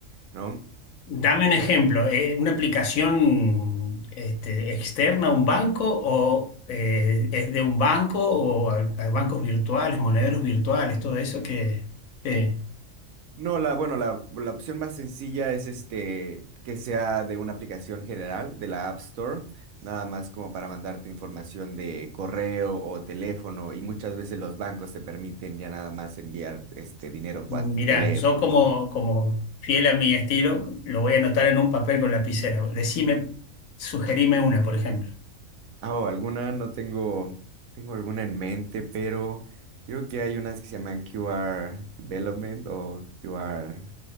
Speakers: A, on the right; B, on the left.
A: ¿no?
B: Dame un ejemplo, eh, ¿una aplicación este, externa a un banco o eh, es de un banco o a, a bancos virtuales, monederos virtuales, todo eso que... que-
A: No, la, bueno, la, la opción más sencilla es este que sea de una aplicación general de la App Store, nada más como para mandarte información de correo o teléfono, y muchas veces los bancos te permiten ya nada más enviar este dinero por
B: mirá,
A: teléfono.
B: yo como,
A: ¿no?
B: como fiel a mi estilo, lo voy a anotar en un papel con lapicera. Decime, sugerime una, por ejemplo.
A: Ah, o alguna, no tengo, tengo alguna en mente, pero creo que hay unas que se llaman QR Development o QR